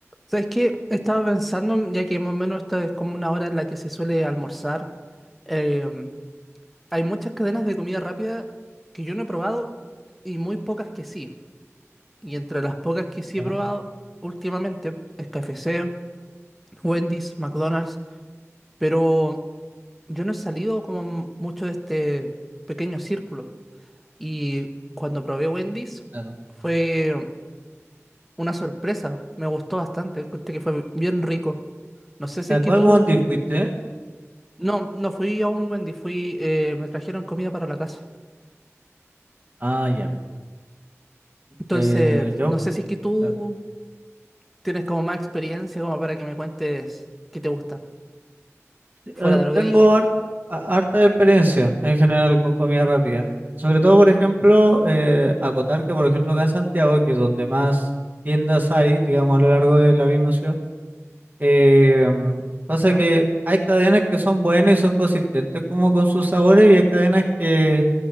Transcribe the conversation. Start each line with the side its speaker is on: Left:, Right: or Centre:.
Centre: ¿Sabes qué? Estaba pensando, ya que más o menos esta es como una hora en la que se suele almorzar. em, hay muchas cadenas de comida rápida que yo no he probado y muy pocas que sí. Y entre las pocas que sí
Right: Ya,
Centre: he probado últimamente es KFC, Wendy's, McDonald's, pero yo no he salido como m- mucho de este pequeño círculo. Y cuando probé Wendy's
Right: claro.
Centre: fue una sorpresa, me gustó bastante, encontré que fue bien rico. No sé si
Right: ¿A
Centre: es
Right: cuál
Centre: que tú
Right: Bondi fuiste?
Centre: No, no fui a un Wendy, fui, eh, me trajeron comida para la casa.
Right: Ah, ya.
Centre: Entonces,
Right: Eh, yo
Centre: no sé si es que tú
Right: claro,
Centre: tienes como más experiencia como para que me cuentes qué te gusta,
Right: te-
Centre: fuera
Right: eh,
Centre: de lo
Right: tengo
Centre: que dije.
Right: har- a- harta experiencia en general con comida rápida. Sobre todo, por ejemplo, eh, acotar que, por ejemplo, acá en Santiago, que es donde más tiendas hay, digamos, a lo largo de la misma ciudad, eh, mm, pasa
Centre: ¿Ya?
Right: que hay cadenas que son buenas y son consistentes como con sus sabores y hay cadenas que